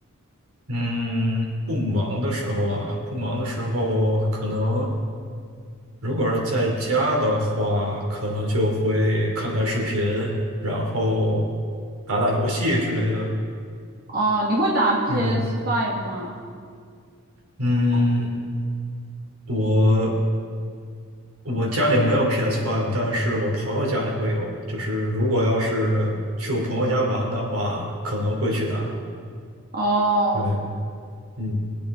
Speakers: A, on the right; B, on the right.
A: 嗯，不忙的时候啊，不忙的时候，可能如果是在家的话，可能就会看看视频，然后打打游戏之类的
B: 哦，你会打 p
A: 这种。
B: s Five 吗？
A: 嗯，我我家里没有 PS5，但是我朋友家里会有。就是如果要是去我朋友家玩的话，可能会去打。
B: 哦，
A: 对，嗯，